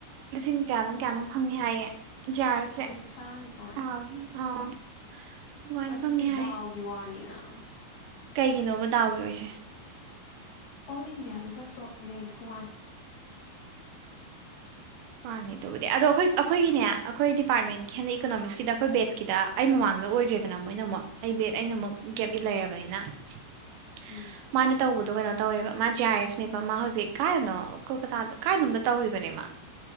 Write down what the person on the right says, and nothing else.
ꯂꯤꯁꯤꯡ ꯀꯌꯥꯅꯣꯝ ꯀꯌꯥꯅꯣ ꯐꯪꯉꯦ ꯍꯥꯏꯌꯦ ꯖꯦ ꯑꯔ ꯑꯦꯐ ꯁꯦ
ꯑꯥ ꯑꯗꯨꯃꯥꯏꯅ
ꯐꯪꯉꯦ ꯍꯥꯏꯌꯦ
ꯀꯩꯒꯤꯅꯣꯕ ꯗꯥꯎꯒꯤ ꯑꯣꯏꯁꯦ
ꯃꯥꯅꯦ ꯑꯗꯨꯕꯨꯗꯤ ꯑꯗꯣ ꯑꯩꯈꯣꯏ ꯑꯩꯈꯣꯏꯒꯤꯅꯦ ꯑꯩꯈꯣꯏ ꯗꯤꯄꯥꯔꯠꯃꯦꯟꯀꯤ ꯍꯟꯗꯛ ꯏꯀꯣꯅꯣꯃꯤꯛꯁꯀꯤꯗ ꯑꯩꯈꯣꯏ ꯕꯦꯠꯁꯀꯤꯗ ꯑꯩ ꯃꯃꯥꯡꯗ ꯑꯣꯏꯈ꯭ꯔꯦꯗꯅ ꯃꯣꯏꯅ ꯑꯃꯨꯛ ꯑꯩ ꯕꯦꯛ ꯑꯩꯅ
ꯑꯃꯨꯛ ꯒꯦꯞꯇ ꯂꯩꯔꯕꯅꯦ <inaudible>
ꯃꯥꯅ ꯇꯧꯕꯗꯣ ꯀꯩꯅꯣ ꯇꯧꯋꯦꯕ ꯃꯥ ꯖꯦ ꯑꯥꯔ ꯑꯦꯐꯅꯦꯕ ꯃꯥ ꯍꯧꯖꯤꯛ ꯀꯥꯏꯅꯣ ꯀꯣꯜꯀꯇꯥꯗ ꯀꯥꯏꯅꯣꯝꯗ ꯇꯧꯔꯤꯕꯅꯦ ꯃꯥ